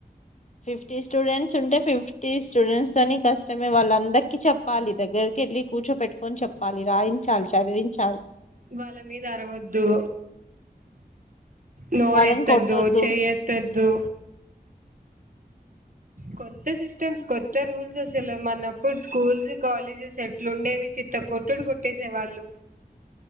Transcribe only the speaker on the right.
వాళ్ళ మీద అరవద్దు నోరు
ఎత్తదు
చెయ ఎత్తదు కొత్త సిస్టమ్స్ కొత్త రూల్స్ అసలు మనప్పుడు స్కూల్స్ కాలేజెస్ ఎట్లుండేవి చిత్త కొట్టుడు కొట్టేసేవాళ్ళు